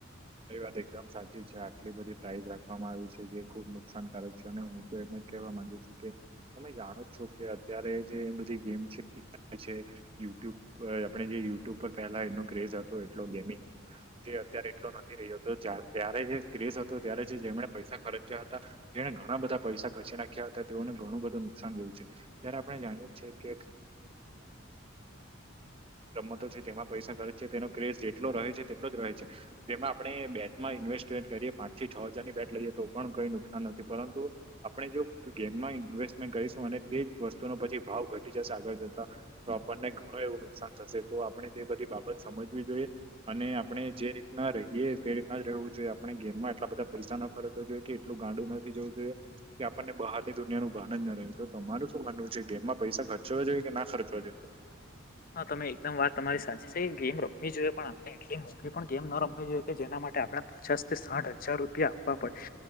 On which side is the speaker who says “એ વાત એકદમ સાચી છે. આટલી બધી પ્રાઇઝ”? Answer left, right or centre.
Right